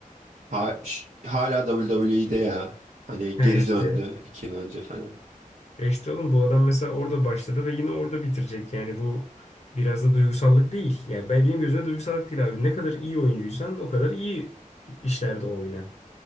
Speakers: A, on the right; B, on the left.
A: Ha- ş- hala WWE'de ya. Hani
B: He
A: geri
B: işte
A: döndü iki yıl önce falan.
B: e işte oğlum bu adam mesela orada başladı ve yine orada bitirecek yani bu biraz da duygusallık değil. Yani ben, benim gözümde duygusallık değil abi. Ne kadar iyi oyuncuysan o kadar iyi işlerde oyna.